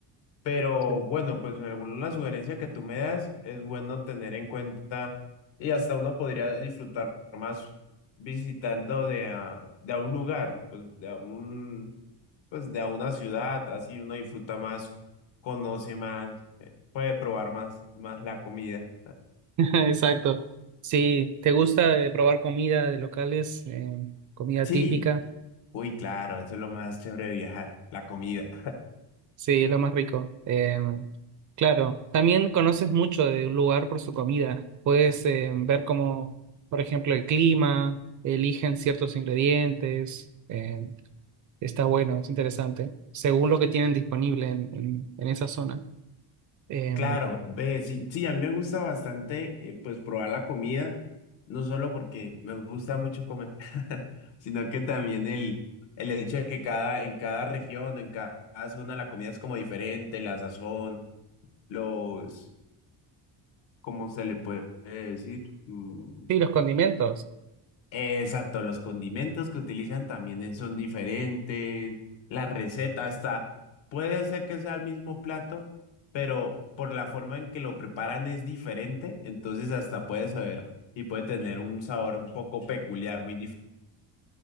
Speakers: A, on the left; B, on the right.
A: Pero
B: sí.
A: bueno, pues alguna sugerencia que tú me das es bueno tener en cuenta y hasta uno podría disfrutar más visitando de a, de a un lugar, pues de a un, pues de a una ciudad, así uno disfruta más, conoce más, eh, puede probar más, más la comida.
B: <laughs> Exacto. sí te gusta eh, probar comida de locales, eh, comida
A: Sí,
B: típica.
A: uy, claro, eso es lo más chévere de viajar, la comida.
B: Sí, es lo más rico. Eh, claro, también conoces mucho de un lugar por su comida. Puedes eh, ver cómo, por ejemplo, el clima, eligen ciertos ingredientes. eh, está bueno, es interesante, según lo que tienen disponible en, en- en esa zona. Eh,
A: Claro, ve, sí, sí, a mí me gusta bastante, eh, pues, probar la comida, no solo porque me gusta mucho comer, <laughs> sino que también el, el hecho de que cada, en cada región, en ca- cada zona, la comida es como diferente, la sazón, los, ¿cómo se le puede decir? Mm,
B: sí, los condimentos.
A: Exacto, los condimentos que utilizan también es- son diferentes, la receta hasta puede ser que sea el mismo plato, pero por la forma en que lo preparan es diferente, entonces hasta puede saber y puede tener un sabor un poco peculiar, muy